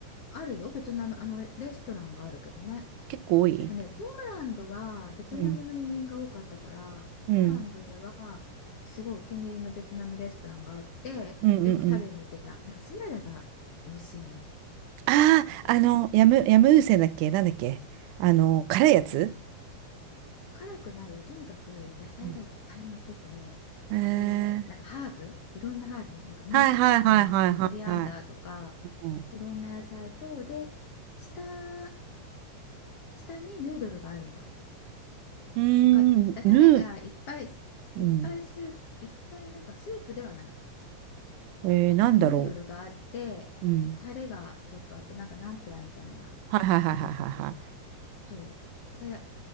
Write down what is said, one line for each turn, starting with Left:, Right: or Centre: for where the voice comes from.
Left: あるよ、ベトナム。あの、レストランがあるけどね。
Right: 結構多い
Left: でもね、ポーランドはベトナムの移民が多かったから、
Right: うんうん。
Left: ポーランドではすごいお気に入りのベトナムレストランがあって、
Right: うんうんうん。
Left: よく食べに行ってた。なんかサラダが美味しいのよ。
Right: ああ、
Left: これなんて
Right: あの、ヤム、ヤムウセだっけなんだっけあの、辛いやつ
Left: わかんない辛くないよとにかく野菜がいっぱい乗ってて
Right: うんえー、
Left: でなんかハーブいろんなハーブなんかミントとか、
Right: はいはいはいはいはいは
Left: まあ、コリアンダーとか
Right: い。うん、う
Left: いろんな野菜とで下下にヌードルがあるのよ
Right: ーんぬ、
Left: わかるだタレがいっぱい
Right: うん。
Left: いっぱいスープいっぱいなんかスープではない
Right: えー、
Left: だけどヌードルがあってタレがちょっとあってなんかナンプラーみたいな、
Right: なんだろう。うん。はいはいはいはいはいはい。
Left: なんかレモンとか。そうで